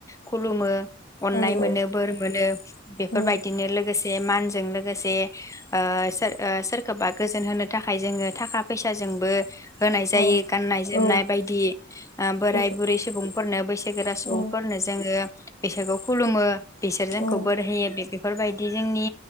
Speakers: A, on the left; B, on the left.
A: खुलुमो । अननाय
B: औ
A: मोनो बोर मोनो बेफोरबायदिनो
B: औ
A: लोगोसे बे मानजों लोगोसे ओ सोर सोरखौबा गोजोन होनो थाखाय जोङो थाखा फैसाजोंबो होनाय जायो
B: औ
A: गाननाय जोमनाय
B: औ
A: दि ओ बोराय
B: गथ'
A: बुरै सुबुंफोरनो बैसोगोरा सुबुंफोरनो
B: औ
A: जोङो बैसागु खुलुमो बिसोरजोंखौ
B: औ
A: बोर होयो बे बेफोरबायदि जोंनि